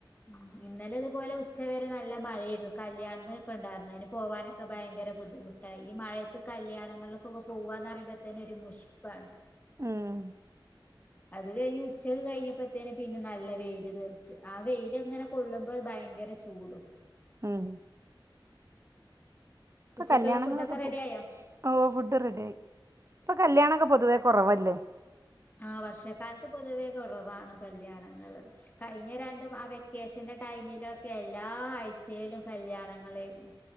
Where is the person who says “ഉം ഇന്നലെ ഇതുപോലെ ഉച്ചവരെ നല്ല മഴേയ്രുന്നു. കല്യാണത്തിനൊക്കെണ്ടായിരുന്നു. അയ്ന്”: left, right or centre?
Left